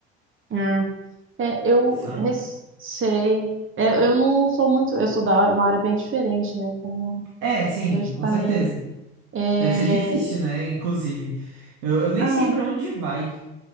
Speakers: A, on the right; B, on the right.
A: É, É, eu
B: Sabe?
A: res- sei, É, eu não sou muito, eu sou da área- uma área bem diferente, né? Como
B: É, sim,
A: eu te
B: com
A: falei.
B: certeza.
A: É,
B: Deve ser difícil, né? Inclusive, eu, eu nem
A: ah,
B: sei pra onde vai.